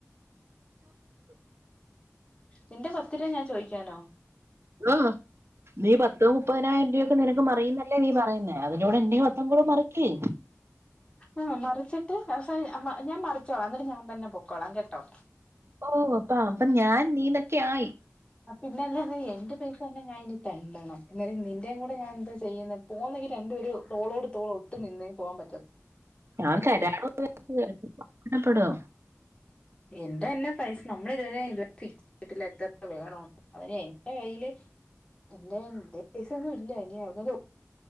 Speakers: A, on the left (about 20°); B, on the right (about 55°).
A: നിന്റെ പത്ത് രൂപ ഞാൻ ചോദിക്കാനോ
B: ആ നീ പത്തോ മുപ്പതിനായിരം രൂപായൊക്കെ നിനക്ക് മറിയുന്ന അല്ലെ നീ പറയുന്നേ അതിലൂടെ എന്റെ പത്തുകൂടെ മറിയ്ക്ക്‌
A: ആഹ് മറിച്ചിട്ട് അവസാനം <unintelligible> ഞാൻ മറിച്ചോളാം എന്നിട്ട് ഞാൻ തന്നെ പൊക്കോളാം കെട്ടോ
B: ഓ അപ്പാ അപ്പൊ ഞാൻ നീനൊക്കെ ആയി
A: പിന്നല്ലാതെ എന്റെ പൈസ ഇനി ഞാനിനി തെണ്ടണം എന്നാലെ നിന്റെയും കൂടെ ഞാൻ എന്ത് ചെയ്യുന്നെ പോന്നെങ്കി രണ്ടുപേര് തോളോട് തോൾ ഒത്ത് നിന്നേ പോവാൻ പ
B: ഞാൻ കരാറു <unintelligible> പെടോ
A: എന്റെന്ന പൈസ നമ്മള് ഇതുവരേം ഇതു വീട്ടല് എത്ര പ വേണം അതിൻ എ ന്റെ കയ്യില് എന്റെൽ പൈസ ഒന്നും ഇല്ല ഇനി അവർ <unintelligible>